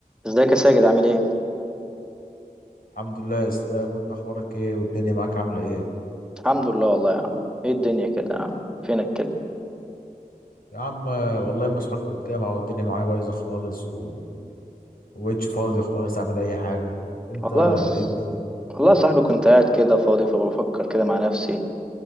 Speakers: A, in the centre; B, on the left.
A: ازيك يا ساجد عامل ايه؟
B: الحمد لله اسلام وانت اخبارك ايه والدنيا معاك عامله ايه
A: الحمد لله والله يا عم ايه الدنيا كده يا عم فينك كده؟
B: يا عم آه، والله مسحول في الجامعه والدنيا معايا بايظه خالص و... ومبقتش فاضي خالص اعمل اي حاجه انت
A: والله س...
B: ايه الدنيا
A: والله يا صاحبي كنت قاعد كده فاضي فبفكر كده مع نفسي